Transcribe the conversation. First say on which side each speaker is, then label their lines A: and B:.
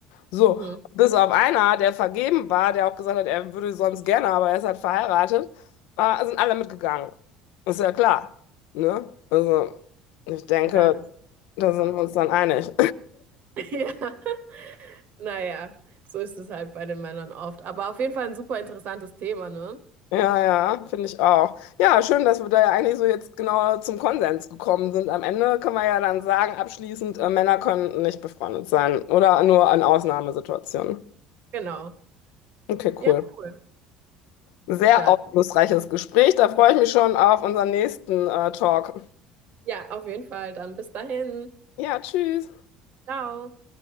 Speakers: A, on the left (about 65°); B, on the right (about 55°).
A: So,
B: Mhm.
A: bis auf einer, der vergeben war, der auch gesagt hat, er würde sonst gerne, aber er ist halt verheiratet, äh, sind alle mitgegangen. Ist ja klar, ne? Also, ich denke,
B: Ja, das ist
A: da
B: voll krass.
A: sind wir uns dann einig.
B: <laughs> Ja, naja, so ist es halt bei den Männern oft. Aber auf jeden Fall ein super interessantes Thema, ne?
A: Ja, ja, finde ich auch. Ja, schön, dass wir da ja eigentlich so jetzt genau zum Konsens gekommen sind. Am Ende können wir ja dann sagen, abschließend, äh, Männer können nicht befreundet sein oder nur in Ausnahmesituationen.
B: Genau.
A: Okay,
B: Ja,
A: cool.
B: Cool.
A: Sehr
B: dann.
A: aufschlussreiches Gespräch. Da freue ich mich schon auf unseren nächsten, äh, Talk.
B: Ja, auf jeden Fall. Dann bis dahin.
A: Ja, tschüss.
B: Ciao.